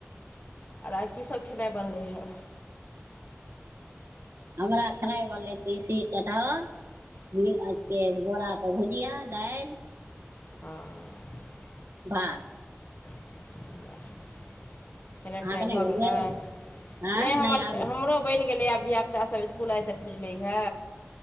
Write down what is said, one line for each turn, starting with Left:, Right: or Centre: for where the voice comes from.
Left: आइ की सभ खेनाइ बनलै हे
Right: हमरा खेनाइ बनलै त देशी कटहर <unintelligible> भुजिया दाइल
Left: <unintelligible>
Right: भात
Left: <unintelligible> खेनाइ
Right: अहाँके
Left: पिनाइ भऽ
Right: नहि बनलै
Left: गेलै
Right: आँय
Left: <inaudible> नहि हमर
Right: आब
Left: हमरो बनि गेलै अब ऐकरा सब स्कूल आइसँ खुजलै <inaudible> हँ